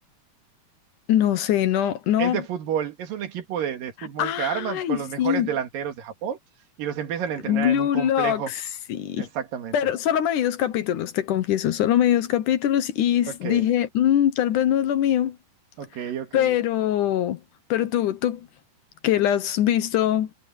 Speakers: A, on the left; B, on the right.
A: No sé, no, no.
B: es de fútbol, es un equipo de, de fútbol
A: Ay,
B: que arman con los
A: sí.
B: mejores delanteros de Japón y los empiezan a entrenar
A: Blue
B: en un complejo.
A: Lock, sí.
B: Exactamente.
A: Pero solo me vi dos capítulos, te confieso. Solo me vi dos capítulos y s-
B: Ok,
A: dije, "Mm, tal vez no es lo mío.
B: ok, ok.
A: Pero, pero tú, tú que la has visto,